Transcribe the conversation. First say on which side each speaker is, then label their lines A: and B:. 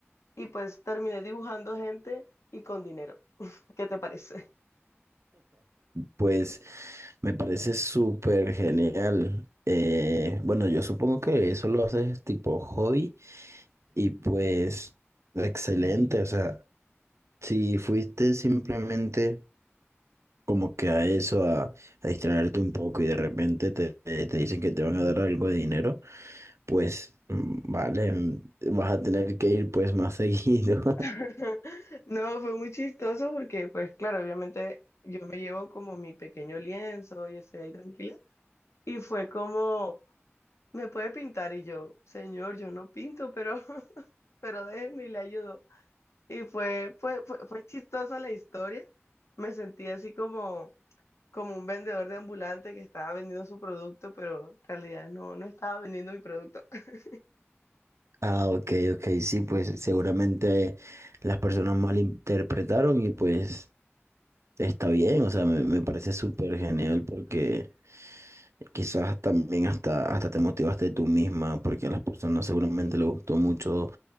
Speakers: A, on the left; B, on the right.
A: Y pues terminé dibujando gente y con dinero. ¿Qué te parece?
B: Pues me parece súper genial. Eh, bueno, yo supongo que eso lo haces tipo hobby y pues excelente. O sea, si fuiste simplemente como que a eso, a, a distraerte un poco y de repente te, te te dicen que te van a dar algo de dinero, pues mm, vale, mm, vas a tener que ir pues más <laughs> seguido.
A: <laughs> No, fue muy chistoso porque, pues claro, obviamente yo me llevo como mi pequeño lienzo y estoy ahí tranquila. Y fue como, me puede pintar y yo, señor, yo no pinto, pero, <laughs> pero déjeme y le ayudo. Y fue, fue, fue, fue chistosa la historia. Me sentí así como, como un vendedor de ambulante que estaba vendiendo su producto, pero en realidad no, no estaba vendiendo mi producto. <laughs>
B: Ah, ok, ok, sí, pues seguramente las personas malinterpretaron y pues Está bien, o sea, me, me parece súper genial porque quizás también hasta, hasta te motivaste tú misma porque a las personas seguramente les gustó mucho